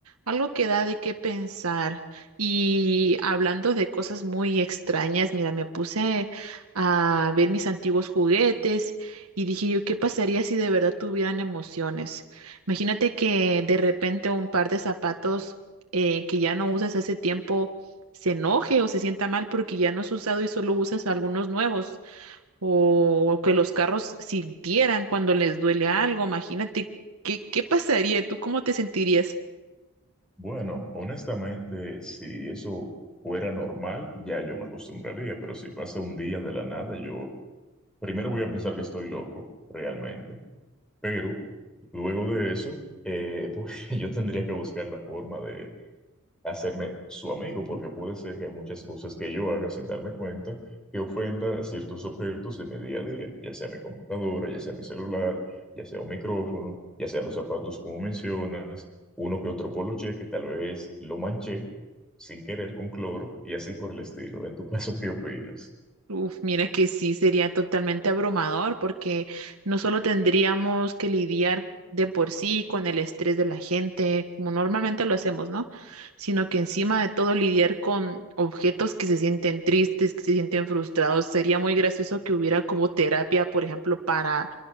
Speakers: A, on the right; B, in the centre.
A: algo que da de qué pensar. Y hablando de cosas muy extrañas, mira, me puse a ver mis antiguos juguetes y dije yo, ¿qué pasaría si de verdad tuvieran emociones? Imagínate que de repente un par de zapatos eh, que ya no usas hace tiempo se enoje o se sienta mal porque ya no has usado y solo usas algunos nuevos o que los carros sintieran cuando les duele algo. Imagínate, ¿qué, qué pasaría? ¿Tú cómo te sentirías?
B: Bueno, honestamente, si eso fuera normal, ya yo me acostumbraría, pero si pasa un día de la nada, yo primero voy a pensar que estoy loco, realmente, pero luego de eso, eh, <laughs> pues yo tendría que buscar la forma hacerme su amigo, porque puede ser que hay muchas cosas que yo haga sin darme cuenta que ofenda a ciertos objetos de mi día a día, ya sea mi computadora, ya sea mi celular, ya sea un micrófono, ya sea los zapatos como mencionas, uno que otro poloche que tal vez lo manché sin querer con cloro y así por el estilo. En tu caso, ¿qué opinas?
A: Uf, mira que sí sería totalmente abrumador porque no solo tendríamos que lidiar de por sí con el estrés de la gente, como normalmente lo hacemos, ¿no? Sino que encima de todo lidiar con objetos que se sienten tristes, que se sienten frustrados. Sería muy gracioso que hubiera como terapia, por ejemplo, para,